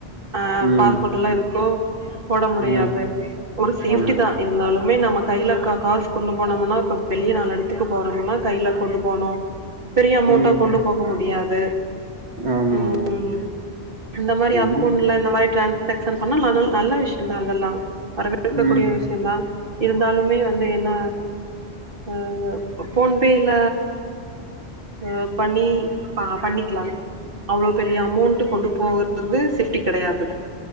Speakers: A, on the right; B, on the right.
A: அ
B: ம்
A: பாஸ்போட்டெல்லா இருக்கு போட முடியாது
B: ம்
A: ஒரு சேஃப்ட்டி
B: ஆமா
A: தா இருந்தாலு லுமே நம்ம கையில கா காசு கொண்டு போனமுனா இப்ப வெளிய நாலு எடத்துக்கு போறமுனா கையில கொண்டு போனோ பெரிய அமோண்டா
B: ம்
A: கொண்டு போக முடியாது
B: ஆமா
A: ம் ம் இந்த மாரி
B: எப்டி
A: அக்கவுண்ட்ல இந்த மாரி ட்ரன் ஷாக்சன் பண்ணா ந நல் நல்ல விஷ்யம் தா அதல்லா இருக்கக்கூடிய
B: ம்
A: விஷயந்தா இருந்தாலுமே வந்து என்ன அ ஃபோன்பேல அ பண்ணி ப பண்ணிக்லா அவ்ளோ பெரிய அமோண்ட்டு கொண்டு போறது சேஃப்ட்டி கெடையாது